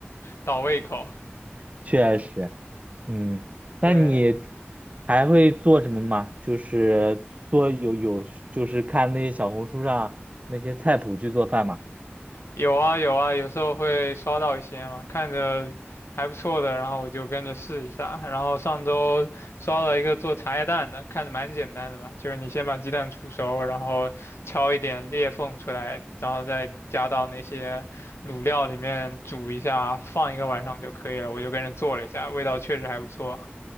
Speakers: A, on the left; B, on the right.
A: <laughs> 倒胃口。
B: <laughs> 确实，嗯，
A: 对，
B: 那你还会做什么吗？就是做有有就是看那些小红书上那些菜谱去做饭吗？
A: 有啊有啊，有时候会刷到一些嘛，看着还不错的，然后我就跟着试一下。然后上周刷到一个做茶叶蛋的，看着蛮简单的嘛，就是你先把鸡蛋煮熟，然后敲一点裂缝出来，然后再加到那些卤料里面煮一下，放一个晚上就可以了。
B: 呃
A: 我就跟着做了一下，味道确实还不错。